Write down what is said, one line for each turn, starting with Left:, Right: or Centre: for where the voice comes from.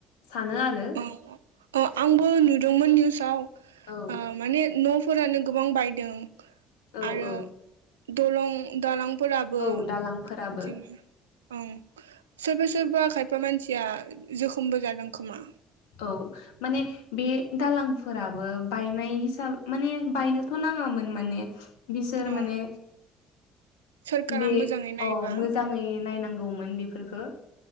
Left: सानो आरो
Right: औ औ आंबो नुदोंमोन निउसाव
Left: औ
Right: माने न'फोरानो गोबां बायदों
Left: औ
Right: आरो
Left: औ
Right: दलं दालांफोराबो
Left: औ
Right: बिदिनो
Left: दालांफोराबो
Right: ओं सोरबा सोरबा खायफा मानसिया जोखोमबो जादों खोमा
Left: औ माने बे दालांफोराबो बायनाय हिसाब माने बायनोथ' नाङामोन माने बिसोर
Right: औ
Left: माने
Right: सोरखारा
Left: बे
Right: मोजाङै नायोबा
Left: औ मोजाङै नायनांगौमोन बेफोरफोरखौ